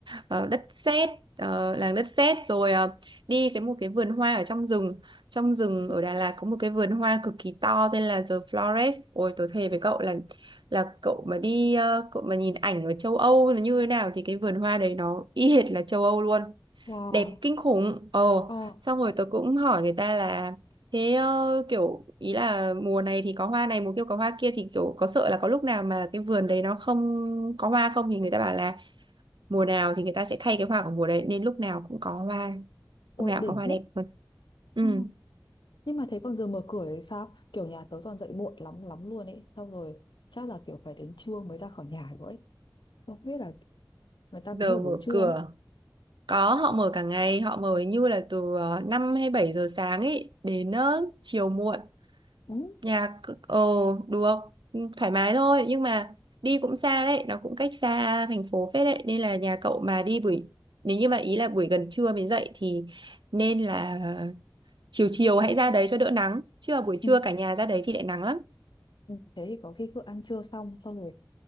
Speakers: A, on the right; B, on the left.
A: ờ, đất sét ờ, làng đất sét rồi ờ, đi cái một cái vườn hoa ở trong rừng trong rừng
B: Ừ.
A: ở Đà Lạt có một cái vườn hoa cực kỳ to tên là The Flores ôi tôi thề với cậu là là cậu mà đi ờ, cậu mà nhìn ảnh ở châu Âu là như thế nào thì cái vườn hoa đấy nó y hệt là châu Âu luôn
B: wow
A: đẹp kinh khủng ồ
B: ờ
A: xong rồi tớ cũng hỏi người ta là thế ờ, kiểu ý là mùa này thì có hoa này mùa kia có hoa kia thì kiểu có sợ là có lúc nào mà cái vườn đấy nó không có hoa không thì người ta bảo là mùa nào thì người ta sẽ thay cái hoa của mùa đấy nên lúc nào cũng có hoa
B: ôi
A: lúc nào cũng
B: đỉnh
A: có hoa
B: thế
A: đẹp luôn ừ
B: Ừ. nhưng mà thế còn giờ mở cửa thì sao kiểu nhà tớ toàn dậy muộn lắm lắm luôn ấy xong rồi chắc là kiểu phải đến trưa mới ra khỏi nhà rồi ấy không biết là người ta
A: giờ
B: có mở buổi
A: mở
B: trưa
A: cửa
B: không
A: có họ mở cả ngày họ mở như là từ ờ, 5 hay 7 giờ sáng ấy đến ờ, chiều muộn
B: ừ.
A: Nhà c- ờ được thoải mái thôi nhưng mà đi cũng xa đấy nó cũng cách xa thành phố phết đấy nên là nhà cậu mà đi buổi nếu như mà ý là buổi gần trưa mới dậy thì nên là chiều chiều hãy ra đấy cho đỡ nắng chứ mà buổi
B: Ừ.
A: trưa cả nhà ra đấy thì lại nắng lắm
B: ừ, thế thì có khi cứ ăn trưa xong xong rồi